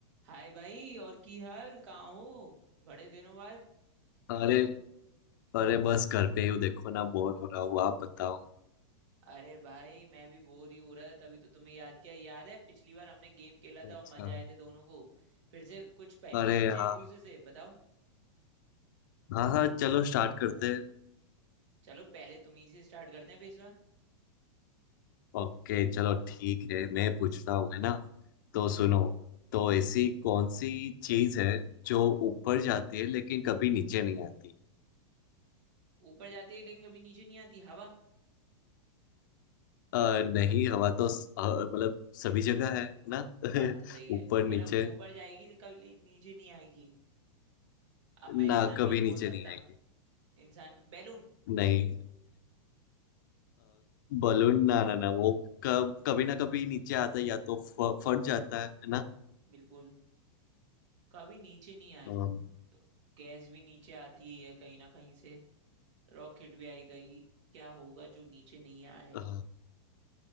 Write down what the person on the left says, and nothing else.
अरे अरे बस घर पे ही हूँ देखो ना बोर हो रहा हूँ आप बताओ
अच्छा
अरे
हाँ
हाँ हाँ चलो स्टार्ट करते हैं
ओके चलो ठीक है मैं पूछता हूँ है ना तो सुनो तो ऐसी कौन सी चीज है जो ऊपर जाती है लेकिन कभी नीचे नहीं आती
अ, नहीं हवा तो स- अ, मतलब सभी जगह है ना <laughs>
ऊपर नीचे
ना
कभी
नीचे
नहीं आएगी
नहीं बलून ना ना ना वो कब कभी ना कभी नीचे आता है या तो फ- फट जाता है है ना
अम,
अ,